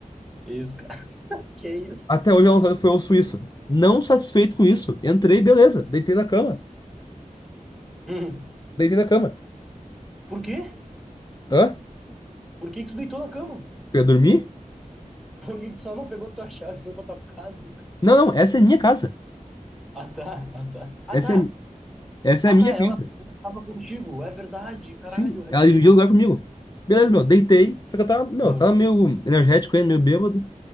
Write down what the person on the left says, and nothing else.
Até hoje ela não sabe se foi eu ou o Suíço. Não satisfeito com isso, entrei, beleza. Deitei na cama.
Deitei na cama.
Hã?
Eu ia dormir?
Não, não, essa é minha casa.
Essa
é, essa
é a minha
casa.
Sim,
ela dividiu lugar comigo. Beleza, meu, deitei. Só que eu tava, meu,
eu tava meio energético ainda, meio bêbado.